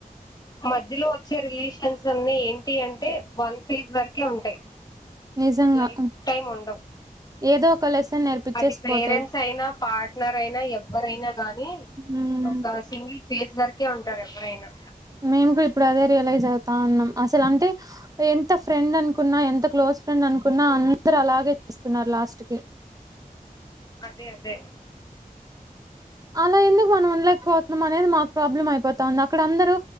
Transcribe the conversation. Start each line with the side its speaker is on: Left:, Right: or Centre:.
Left: మధ్యలో వచ్చే రిలేషన్స్ అన్ని ఏంటి అంటే వన్ ఫేజ్ వరకే ఉంటాయి
Right: నిజంగా
Left: లైఫ్
Right: హ్మ్.
Left: టైమ్ ఉండవు
Right: ఏదో ఒక లెసన్ నేర్పించేసి
Left: అది పేరెంట్స్
Right: పోతాయి
Left: అయినా పార్ట్నర్ అయినా ఎవ్వరైనా గానీ
Right: హ్మ్
Left: ఒక సింగిల్ ఫేజ్ వరకే ఉంటారు ఎవరైనా
Right: మేము కూడా ఇప్పుడు అదే రియలైజ్ అవుతా అన్నాం అసలు అంటే ఎంత ఫ్రెండ్ అనుకున్నా ఎంత క్లోజ్ ఫ్రెండ్ అనుకున్నా అందరు అలాగే ఇస్తున్నారు లాస్ట్ కి
Left: అదే అదే
Right: అలా ఎందుకు మనం ఉండలేకపోతున్నాం అనేది మాకు ప్రాబ్లం అయిపోతంది అక్కడ అందరుూ